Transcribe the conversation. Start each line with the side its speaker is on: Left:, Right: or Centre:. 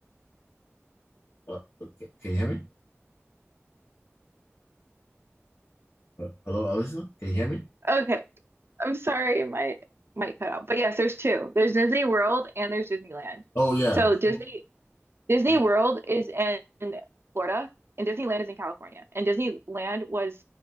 Left: Uh, okay. Can you hear me? Uh, hello, Alyssa? Can you hear me?
Right: Okay. I'm sorry, it might might cut out. But yes, there's two. There's Disney World and there's Disneyland.
Left: Oh yeah.
Right: So Disney
Left: So,
Right: Disney
Left: I-
Right: World is in Florida and Disneyland is in California. And Disneyland was